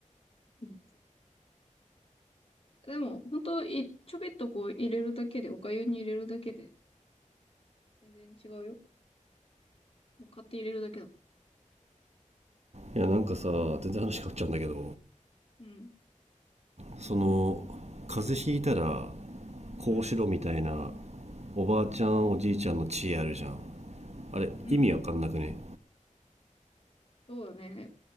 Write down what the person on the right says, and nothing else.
いやなんかさ全然話変わっちゃうんだけど
その風邪ひいたらこうしろみたいな
おばあちゃんおじいちゃんの知恵あるじゃんあれ意味わかんなくね